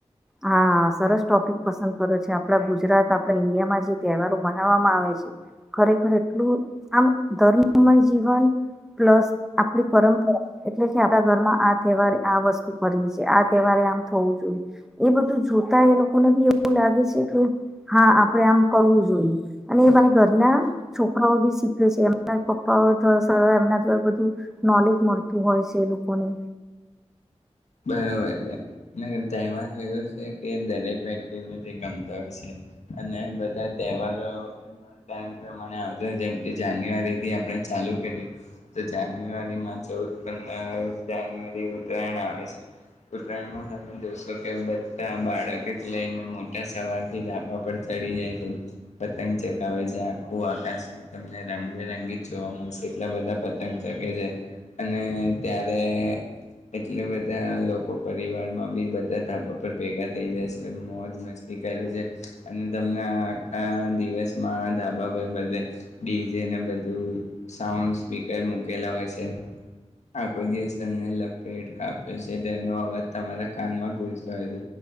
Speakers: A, in the centre; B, on the left (about 80°).
A: હા સરસ ટોપિક પસંદ કર્યો છે. આપડા ગુજરાત આપણા ઈન્ડિયામાં જે તહેવારો મનાવવામાં આવે છે ખરેખર એટલું આમ ધર્મમય જીવન પ્લસ આપણી પરંપરા એટલે કે આપડા ઘરમાં આ તહેવારે આ વસ્તુ કરીએ છે, આ તહેવારે આમ થવું જોઈએ. એ બધું જોતા એ લોકોને બી એવું લાગે છે કે હા આપડે આમ કરવું જોઈએ અને એ બાન ઘરના છોકરાઓ બી શીખે છે. એમના પપ્પાઓ એમના દ્વા બધું નોલેજ મળતું હોય છે એ લોકોને.
B: બરોબર અને તહેવારો એવ છે કે દરેક વ્યક્તિને તે ગમતા હોય છે અને બધા તહેવારો ટાઇમ પ્રમાણે આવતા જેમ કે જાન્યુઆરીથી આપણે ચાલુ કરી તો જાન્યુઆરીમાં ચૌદ પંદર જાન્યુઆરી ઉત્તરાયણ આવે છે ઉતરાયણમાં તમે જોશો કે બધા બાળક લઈને મોટા સવાર થી ડાકાા પર ચડી જાય છે પતંગ ચગાવે છે આખું આકાશમાં તમને રંગબેરંગી જોવા મળશે એટલા બધા પતંગ ચગ છે અને ત્યારે એટ બ તયા લોકો પરિવારમાં બી બધા ધાબા પર ભેગા થઈ જાય છે મોજ મસ્તી કરે છે અને તમને આખા દિવસમાં ધાબા પર બધે ડીજેને બધું સાઉન્ડ સ્પીકર મૂકેલા હોય છે આખો દિવસ તમને લપેટ કાપ પેસે તેનો અવાજ તમારા કાનમાં ગૂજતો હોય છે